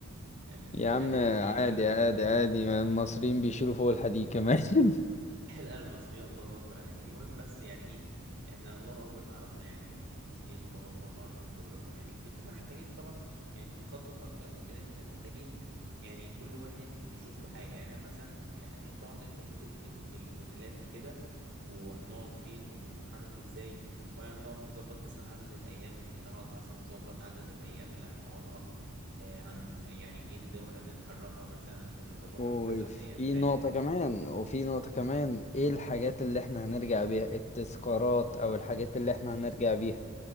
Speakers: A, on the right; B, on the left.
A: يعني اللي
B: يا عم
A: قادر يشيل
B: عادي
A: بقى فاهم
B: عادي عادي المصريين بيشيلوا فوق الحديد كمان <laughs>
A: <laughs> لا المصريين الله اكبر عليهم المهم بس يعني ايه احنا الله اكبر تعرفنا يعني المصريين الله اكبر معروفين في اوروبا يعني كتير فاحنا محتاجين طبعا يعني نخطط اكتر من كده احنا محتاجين يعني كل واحد يشوف له حاجه يعني انا مثلا يعني انت اقعد انت شوف ال ال الاوتيلات وكده وهنقعد فين ونتحرك ازاي وهنقعد نظبط مثلا عدد الايام انا كده هقعد مثلا اظبط عدد الايام اللي هنقعدها آه، هن يعني ايه الدول اللي هنتحركها مثلا عشان نظبطها
B: وفي
A: على حسب الايام فاهم
B: نقطة كمان وفي نقطة كمان ايه الحاجات اللي احنا هنرجع بيها التذكارات او الحاجات اللي احنا هنرجع بيها